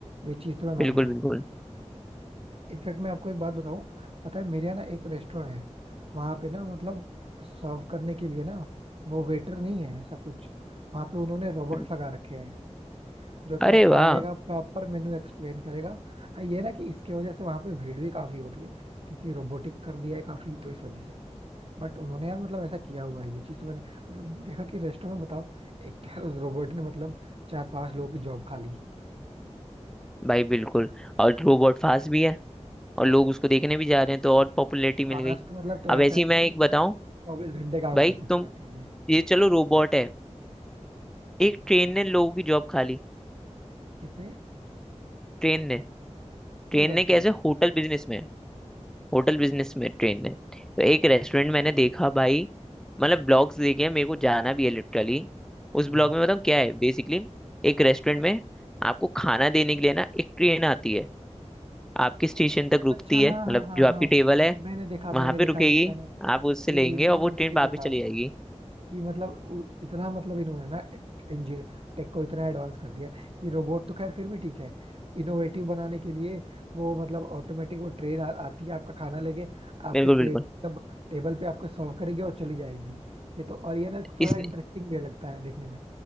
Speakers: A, on the right; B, in the centre.
A: ये चीज तो मैं
B: बिल्कुल
A: मानता हूँ
B: बिल्कुल
A: इनफैक्ट मैं आपको एक बात बताऊँ पता है मेरे यहाँ ना एक रेस्टोरेंट है वहां पे ना मतलब सर्व करने के लिए ना वो वेटर नहीं है ऐसा कुछ वहां पे उन्होंने रोबोट्स
B: हम्म,
A: लगा रखे हैं जो कि
B: अरे
A: आपको
B: वाह
A: आएगा प्रॉपर मेनू एक्सप्लेन करेगा हाँ ये ना कि इसके वजह से वहां पे भीड़ भी काफी होती है क्योंकि रोबोटिक कर दिया है काफी तो इस वजह से बट उन्होंने यार मतलब ऐसा किया हुआ है ये चीज तो मैंने मतलब देखा कि रेस्टोरेंट में बताओ एक यार उस रोबोट ने मतलब चार पांच लोगों की जॉब खा ली
B: भाई बिल्कुल और रोबोट फास्ट भी है और लोग उसको देखने भी जा रहे हैं तो और पॉपुलैरिटी मिल
A: पांच
B: गई
A: तो मतलब तो
B: अब
A: ऐसा
B: ऐसे
A: है
B: ही
A: कि
B: मैं
A: वो
B: एक बताऊं
A: चौबीस घंटे काम
B: भाई
A: कर सकते
B: तुम
A: हैं आपके लिए
B: ये चलो रोबोट है एक ट्रेन ने लोगों की जॉब खा ली
A: किसने
B: ट्रेन ने
A: वो
B: ट्रेन
A: कैसे
B: ने कैसे होटल बिजनेस में होटल बिजनेस में ट्रेन है तो एक रेस्टोरेंट मैंने देखा भाई मतलब ब्लॉग्स देखे हैं मेरे को जाना भी है लिटरली उस
A: हाँ
B: ब्लॉग में बताऊँ क्या है बेसिकली एक रेस्टोरेंट में आपको खाना देने के लिए ना एक ट्रेन आती है आपके स्टेशन तक रुकती
A: अच्छा
B: है
A: हाँ
B: मतलब
A: हाँ हाँ
B: जो आपकी
A: हाँ
B: टेबल है
A: मैंने देखा
B: वहां
A: मैंने
B: पे
A: देखा
B: रुकेगी
A: ये मैंने
B: आप उससे
A: ये
B: लेंगे
A: वीडियो
B: और
A: मैंने
B: वो ट्रेन
A: भी देखा
B: वापस चली जाएगी
A: कि मतलब उ- इतना मतलब इन्होंने ना इंजीनियर टेक को इतना एडवांस कर दिया है कि रोबोट तो खैर फिर भी ठीक है इनोवेटिव बनाने के लिए वो मतलब ऑटोमेटिक वो ट्रेन आ, आती है आपका खाना लेके आपके
B: बिल्कुल
A: प्लेट
B: बिल्कुल
A: मतलब टेबल पे आपको सर्व करेगी और चली जाएगी ये तो और ये ना थोड़ा
B: इसने
A: इंटरेस्टिंग भी लगता है देखने में